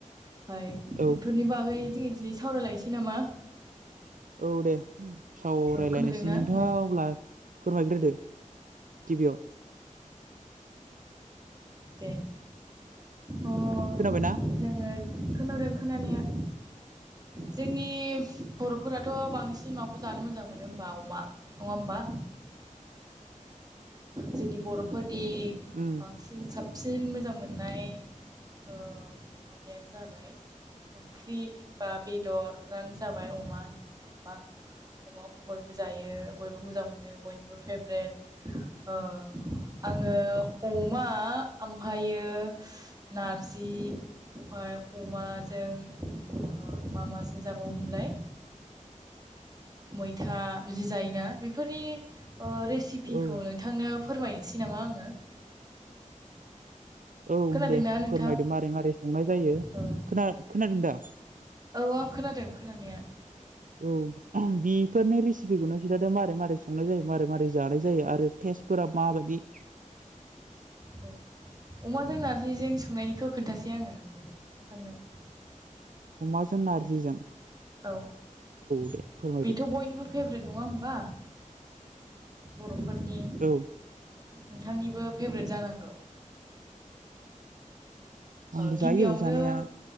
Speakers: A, on the right; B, on the right.
A: फाय
B: औ
A: बेनि बागै जोङो दिनै सावरायलायनोसै नामा।
B: औ दे सावरायायलायनोसै
A: औ खोनादोंना
B: नोंथाङा
A: औ
B: अब्ला फोरमायग्रोदो गिबियाव
A: दे अ
B: खोनाबायना
A: जोङो खोनादों खोनानाया जोंनि बर'फोराथ' बांसिन माखौ जानो मोजां मोनो होमबा अमा नङाहोमबा जोंनि बर'फोरनि
B: उम
A: बां सिन साबसिन मोजां मोननाय ओ माबायानो जाबाय ओंख्रि बा बेदरानो जाबाय अमा नङा होमबा अमाखौ बयबो जायो बयबो मोजां मोनो बयनिबो फेभ्रेट ओ आङो अमा ओमफायो नारजि ओमफाय अमाजों ओ मा माजों जाबावोमोनलाय मैथा बिदि जायोना बेफोरनि रेसिपिखौ
B: औ
A: नों थांनो फोरमायनोसै नामा आङो
B: औ
A: खोनादोंना
B: दे
A: नोंथां
B: फोरमायदो मारै मारै संनाय जायो
A: औ
B: खोना खोनादों दा
A: औ आं खोनादों खोनानाया
B: औ बेफोरनि रेसिपिखौनो खिन्थादो मारै मारै संनाय जायो मारै मारै जानाय जायो आरो तेज फोरा माबायदि
A: औ अमाजों नार्जिजों संनायनिखौ खोन्थासै आङो नोंनो नोंथांनो
B: अमाजों नारजिजों
A: औ
B: दे फोरमायदो
A: बेथ' बयनिबो फेभ्रेट नङा होमबा बर'फोरनि
B: औ
A: नोंथांनिबो फेभ्रेट जानांगौ ओ
B: आंबो
A: गिबियावनो
B: जायो जानाया